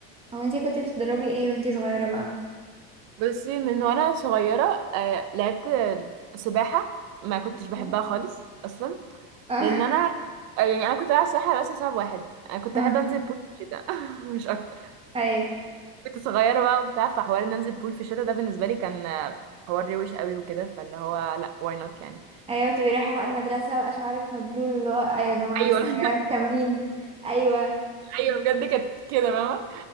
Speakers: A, on the right; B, on the right.
A: هو انت كنت بتدربي ايه وانت صغيرة بقى؟
B: بصي من وانا صغيرة آه، لعبت سباحة ما كنتش
A: اوكي.
B: بحبها خالص اصلا
A: اه
B: لان انا آه، يعني انا كنت بلعب سباحة بس لسبب واحد انا كنت
A: اه
B: احب انزل بول في الشتاء <laughs> مش اكتر
A: ايوه
B: كنت صغيرة بقى وبتاع فحوار ان انزل بول في الشتاء ده بالنسبة لي كان آه، حوار روش قوي وكده فاللي هو لا واي نوت يعني
A: ايوه تبقي رايحة بقى المدرسة بقى شعرك مبلول واللي هو ايوه يا جماعة
B: فايوه
A: لسه
B: <laughs>
A: جاية من التمرين ايوه
B: ايوه بجد كانت كده فاهمة